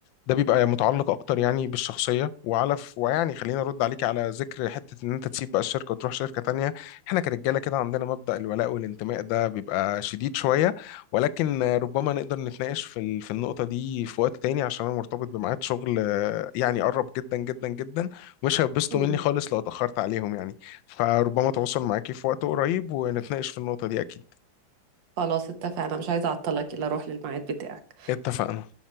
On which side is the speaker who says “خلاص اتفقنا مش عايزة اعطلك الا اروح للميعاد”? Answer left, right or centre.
Right